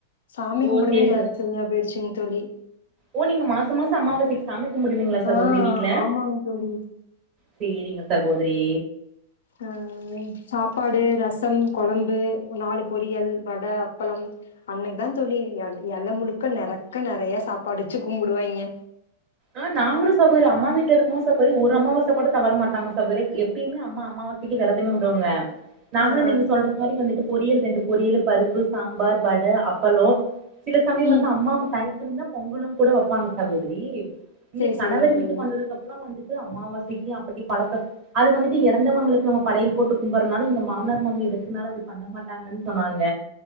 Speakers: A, on the left; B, on the right.
A: சாமி
B: ஓ
A: கும்படவே
B: சேரி
A: நேரோ
B: ச
A: செரியா போய்டிச்சிங் தோழி
B: ஓ நீங்க மாசோ மாசோ அமாவசைக்கு சாமி கும்பிடுவீங்களா சகோதரி
A: ஆ
B: வீட்ல
A: ஆமாங் தோழி
B: சேரிங்க சகோதரி
A: அஹ் சாப்பாடு ரசம் குழம்பு நாலு பொரியல் வடை அப்பளம் அன்னக்கி தான் தோழி இழ முழுக்க நெறக்க நிறைய சாப்பாடு வச்சு கும்பிடுவாயங்க
B: ஆஹ் நாங்களும் சகோதரி அம்மா வீட்ல இருக்கும்போது சகோதரி ஒரு அம்மாவசை கூட தவர மாட்டாங்க சகோதரி எப் பியுமே அம்மா அமாாவசக்கு விரதும் டுங்க நாங்களும்
A: ஆ ஆ
B: நீங்க சொல்ற மாரி வந்துட்டு பொரியல் ரெண்டு பொரியல் பருப்பு சாம்பார் வடை அப்பளம் சில சமயம்
A: ம்
B: வந்து அம்மா டைம் இருந்தா பொங்களும் கூட வப்பாங்க சகோதரி இங்க
A: செரி
B: கணவர்
A: செரிங் தோழி
B: வீட்டுக்கு வந்ததுக்கு அப்புறம் வந்துட்டு அமாவாசைக்கு அப்படி பழக்கம் அது வந்துட்டு இறந்தவங்களுக்கு நம்ம படையல் போட்டு கும்பிடறனாலும் இங்க மாமனார் மாமி இருக்கதுனால அப்படி பண்ண மாட்டாங்கன்னு சொன்னாங்க